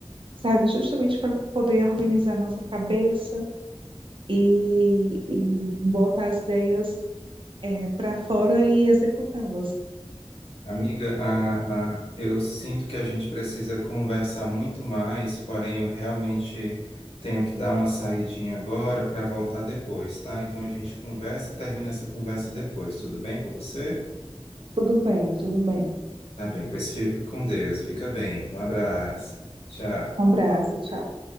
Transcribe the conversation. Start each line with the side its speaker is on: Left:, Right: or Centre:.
Right: Serve justamente para poder organizar nossa cabeça e, e botar as ideias para fora e executá-las.
Left: Amiga, a, a, eu sinto que a gente precisa conversar muito mais, porém eu realmente tenho que dar uma saidinha agora para voltar depois, tá? Então a gente conversa e termina essa conversa depois. Tudo bem com você?
Right: Tudo bem, tudo bem.
Left: Tá bem, pois fica com Deus. Fica bem. Um abraço. Tchau.
Right: Um abraço, tchau.